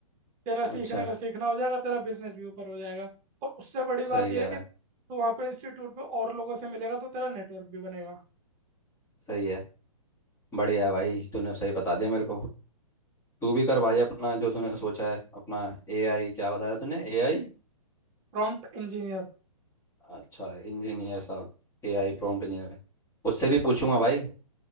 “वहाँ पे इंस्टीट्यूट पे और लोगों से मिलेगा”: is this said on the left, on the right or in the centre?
Right